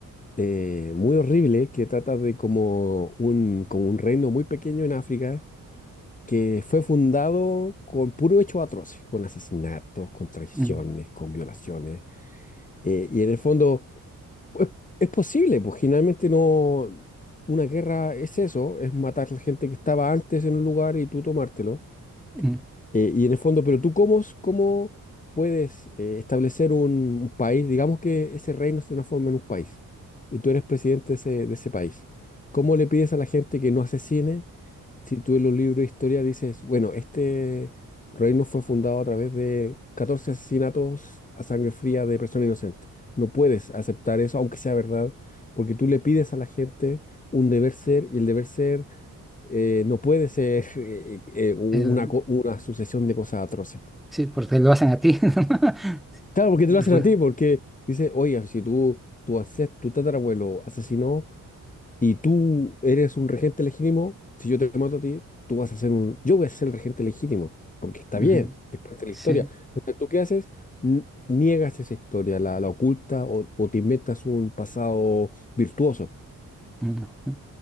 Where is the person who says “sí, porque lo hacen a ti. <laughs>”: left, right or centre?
Centre